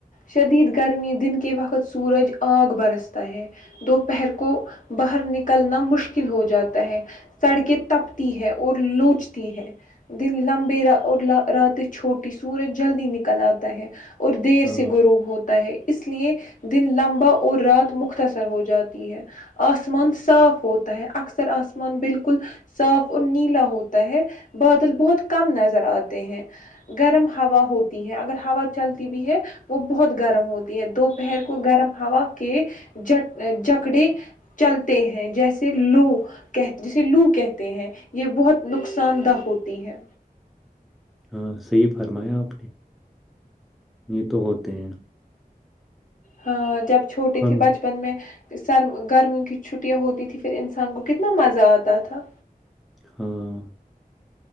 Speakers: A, on the left; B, in the centre.
A: شدید گرمی دن کے وقت سورج آگ برستا ہے دو پر کو باہر نکل کلنا مشکل ہو جاتا ہے سڑکیں تپتی ہے اور لوچتی ہے دن لمبے اور رات چھوٹی سورج جلدی نکل آتی ت ہے اور دیر
B: ہاں
A: سے غروب ہوتا ہے اس لیے دن لمبا اور رات مختصر ہو جاتی ہے آسمان صاف ہوتا ہے اکثر آسمان بالکل صاف اور نیلا ہوتا ہے بادل بہت کم نظر آتے ہیں گرم ہوا ہوتی ہے اگر ہوا چلتی بھی ہے وہ بہت گرم ہوتی ہے دوپہر کو گرم ہوا کے ج جکڑے چلتے ہیں جیسے لو کہ جیسے لو کہتے ہیں یہ بہت نقصان دہ ہوتی ہے
B: ہاں صحی فرمایا آپ نے یہ تو ہوتے ہیں
A: ہاں جب چھوٹی
B: ہم
A: تھی بچپن میں سر گرمیوں کی چھٹیاں ہوتی تھھی پھر انسان کو کتنا مزہ آتا تھا
B: ہاں